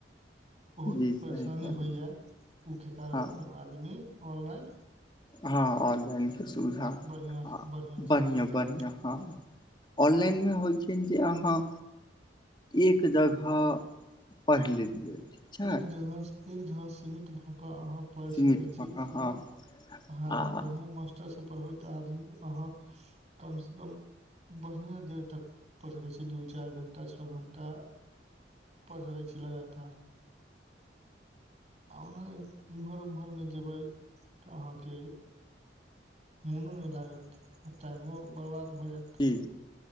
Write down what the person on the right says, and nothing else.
बहुत
परेशानी
होइए ओके कारण
अपन आदमी ऑनलाइन।
बढ़िया
बढ़िया समझैया
एक जगह, एक जगह सीमित भ क अहाँ पैढ़
सकै
छी
आहा
बढ़िआं मास्टरसँ पढ़बै तऽ आदमी अहाँ कम से कम बढ़िआँ देर तक पढ़सकै छी दू चैर घण्टा छ घण्टा। पढ सकै छी लगातार। आ ओना एम्हर ओम्हरमे जेबै तऽ अहाँके मोनो नै लागत आ टाइमो बर्बाद भऽ जायत।